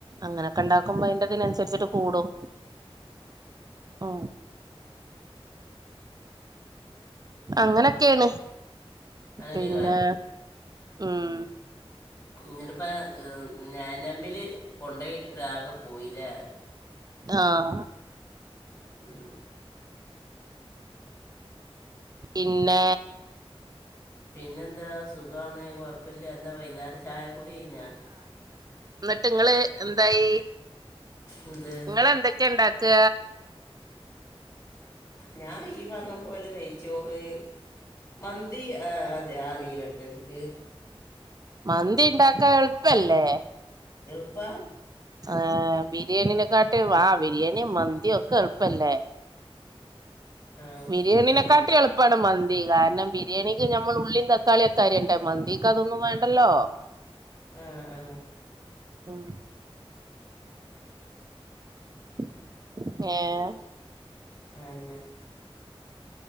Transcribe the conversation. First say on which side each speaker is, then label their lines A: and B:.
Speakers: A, on the right; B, on the left.
A: അങ്ങനൊക്കെണ്ടാക്കുമ്പോ അയ്ന്റെതിനൻസരിച്ചിട്ട് കൂടും ആ അങ്ങനൊക്കെണ്
B: അങ്ങനൊക്കെ
A: പിന്നെ ഉം
B: ഇഞട്പ്പ നെയനമ്മില് കൊണ്ടോയിട്ടിട്ട് ആകെപോയില്ലേ
A: ആഹാ
B: ഉം
A: പിന്നെ
B: പിന്നെന്താ സുഖാണ് കൊഴപ്പില്ല എന്താ വൈന്നേര ചായകുടി കയിഞ്ഞോ
A: ന്നിട്ട്ങ്ങള് എന്തായി
B: എന്ത്
A: ഇങ്ങെന്തെക്കെണ്ടാക്ക
B: ഞ ഈ പർഞ്ഞ പോലെ നെയ്ച്ചോറ് മന്തി അറീലട്ടോഇൻക്
A: മന്തിണ്ടാക്കാൻ എൾപ്പല്ലേ
B: എളുപ്പ
A: ഏ ബിരിയാണിനനെക്കൊട്ടെ വാ ബിരിയാണിയും മന്തി ഒക്കെ എളുപ്പല്ലേ
B: ആ
A: ബിരിയാണിനനെക്കെട്ടി
B: ഉം
A: എളുപ്പമാണ് മന്തി കാരണം ബിരിയാണിക്ക് നഞമ്മൾ ഉള്ളീ തക്കാളിയൊക്കെ <unintelligible> മന്തിക്ക് അതൊന്നും വേണ്ടല്ലോ
B: ആഹ ആഹ
A: ഉം <unintelligible>
B: അന്നെ